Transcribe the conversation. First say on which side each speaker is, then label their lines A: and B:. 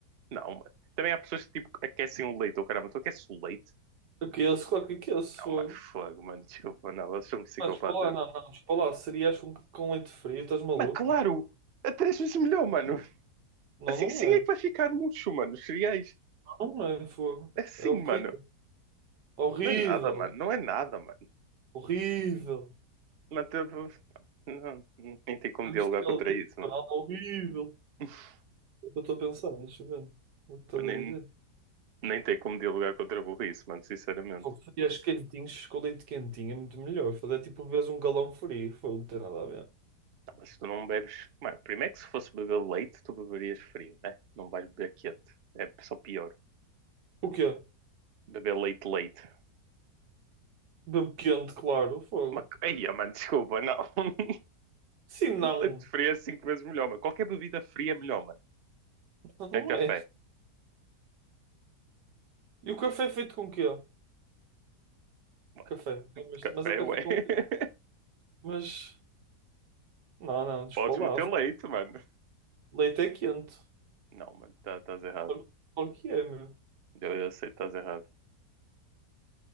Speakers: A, on the right (about 50°); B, on the right (about 80°).
A: não, mano. Também há pessoas que tipo, aquecem o leite, ou caramba, tu aqueces o leite?
B: Aqueles, claro que aqueles, se
A: Não,
B: for.
A: mano, fogo, mano, desculpa, não, elas são psicopatas.
B: Mas despa lá, não, não, despa lá. Cereais com, com leite frio, estás maluco?
A: Mas claro, é três vezes melhor, mano.
B: Não,
A: Assim
B: não
A: sim
B: é.
A: é que vai ficar murcho, mano, os cereais.
B: Não, não é, fogo.
A: É assim,
B: É horrível.
A: mano.
B: Horrível.
A: Não é nada, mano, não é nada, mano.
B: Horrível.
A: Mas, tipo, não, nem tem como
B: Nunca
A: dialogar
B: viste aquele
A: contra
B: tipo
A: isso,
B: de
A: mano.
B: canal horrível.
A: <laughs>
B: É o que eu estou a pensar, mas vendo. O que estás
A: Mas nem,
B: a dizer?
A: nem tem como dialogar contra a burrice, mano, sinceramente.
B: Fogo, cereais quentinhos com leite quentinho é muito melhor. Fogo, é tipo, vês um galão frio. Fogo, não tem nada a ver.
A: Não, mas tu não bebes. Mano, primeiro que se fosse beber leite, tu beberias frio, né? Não vais beber quente. É só pior.
B: O quê?
A: Beber leite, leite.
B: Bem quente, claro, fogo.
A: Mas... Ai, ah, mano, desculpa, não. <laughs>
B: Sim, não.
A: Leite frio é cinco vezes melhor, mano. Qualquer bebida fria é melhor, mano.
B: Não
A: Tem café.
B: é. E o café é feito com o quê?
A: Mano,
B: Café. É, Mas,
A: Café,
B: mas há café
A: ué.
B: com leite.
A: <laughs>
B: Mas. Não, não, despalavra.
A: Podes meter leite, mano.
B: Leite é quente.
A: Não, mano, tá- estás errado.
B: Claro claro que é, meu.
A: Eu, eu sei que estás errado.